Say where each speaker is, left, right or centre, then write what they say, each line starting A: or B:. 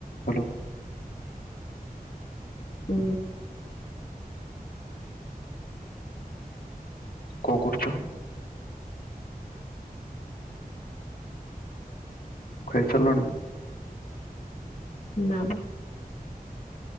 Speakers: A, on the left; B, on the left.
A: Hello ହୁଁ
B: ହୁଁ
A: କଣ କରୁଚ? ଖାଇସାରିଲଣି।
B: ନା ବା